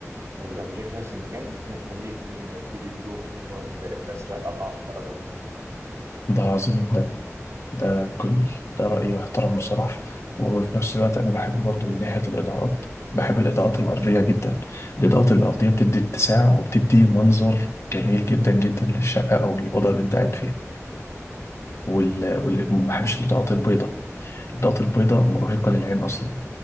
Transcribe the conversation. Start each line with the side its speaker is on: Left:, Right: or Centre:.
Right: لو الانتريه في نفس المكان ممكن نخليه يكون بيبي بلو اللي هو الازرق اضعف درجة منه
Left: ده عظيم ده ده كل ده رأيي واحترم بصراحة وفي نفس الوقت أنا بحب برضو من ناحية الإضاءات بحب الإضاءات الأرضية جدا الإضاءات الأرضية بتدي اتساع وبتدي منظر جميل جدا جدا للشقة أو للأوضة اللي أنت قاعد فيها وال... وال... ما بحبش الإضاءات البيضاء الإضاءات البيضاء مرهقة للعين أصلا